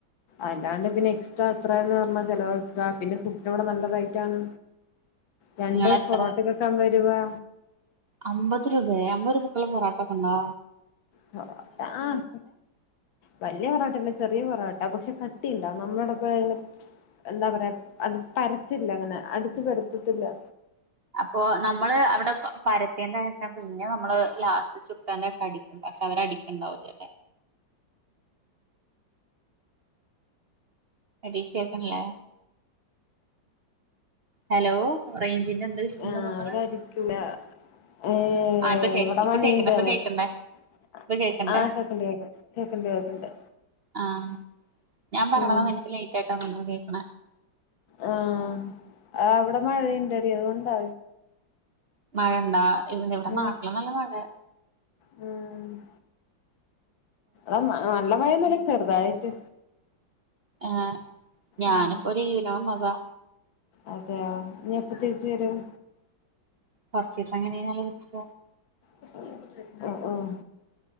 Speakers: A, on the left; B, on the right.
A: അല്ലാണ്ട് പിന്നെ എക്സ്ട്രാ എത്രയാന്ന് പറഞ്ഞാ ചെലവാക്കാ പിന്നെ ഫുഡിനിവടെ നല്ല റെയ്റ്റാണ്. രണ്ട്
B: നിങ്ങളെത്ര
A: പൊറോട്ടക്കൊക്കെ അമ്പത് രൂപാ
B: അമ്പത് രൂപേ അമ്പത് രൂപക്കുള്ള പൊറോട്ടക്കെ ഇണ്ടോ
A: <unintelligible> ആഹ് വല്ല്യ പൊറോട്ടയല്ലാ ചെറിയ പൊറാട്ട പക്ഷെ കട്ടിയിണ്ടാവും നമ്മളെ <unintelligible> എന്താ പറയാ അത് പരത്തില്ലാ അങ്ങനെ അടിച്ച് പരത്തത്തില്ലാ
B: അപ്പൊ നമ്മള് അവടെ പ പരത്തിയേന്റെ ശേഷം പിന്നെയാ നമ്മള് ലാസ്റ്റ് ചുട്ടേൻ്റേഷം അടി പക്ഷെ അവരടിക്കെണ്ടാവൂലാല്ലേ എഡീ കേൾക്ക്ണില്ലേ ഹലോ റേഞ്ചിന്റെ എന്ത് ഇഷ്യൂണ്ടെന്ന്
A: ആഹ്
B: തോന്നണ്
A: അവരടിക്കൂലാ ഏഹ്
B: ആ ഇപ്പൊ കേക്ക്
A: ഇവടെ
B: ഇപ്പൊ
A: മഴയ്ണ്ട്
B: കേക്കണ്ട് ഇപ്പൊ
A: <unintelligible>
B: കേക്കണ്ടേ ഇപ്പൊ കേക്കണ്ടേ
A: ആഹ് കേക്ക്ണ്ട് കേക്ക്ണ്ട് കേക്ക്ണ്ട് കേക്ക്ണ്ട്
B: ആഹ് ഞാൻ പറയണത്
A: ഉം
B: നിനക്ക് ലെയിറ്റായിട്ടാ തോന്നണു കേക്കണെ
A: ആഹ് ആഹ് ഇവടെ മഴയിണ്ടെടീ അതുകൊണ്ടാ
B: മഴയിണ്ടാ ഇതിനിവിടെ
A: ഉം
B: നാട്ടില് നല്ല മഴെയാ
A: ഉം ആഹ് ന നല്ല മഴയൊന്നുല്ലാ ചെറ്തായിട്ട്
B: ആഹ് ഞാനിപ്പം
A: ഉം
B: ലീവിന് വന്നതാ
A: അതെയോ ഇനിയെപ്പം തിരിച്ചു വെരും?
B: കൊർച്ചീസം കഴിഞ്ഞ് കഴിഞ്ഞാലേ തിരിച്ച് പോവും
A: ഉം ഉം ഉം